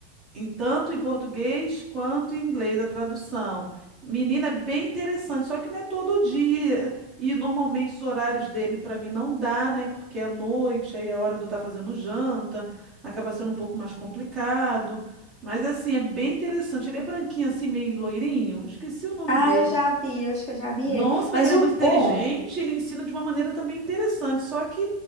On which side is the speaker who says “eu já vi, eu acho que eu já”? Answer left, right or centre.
Left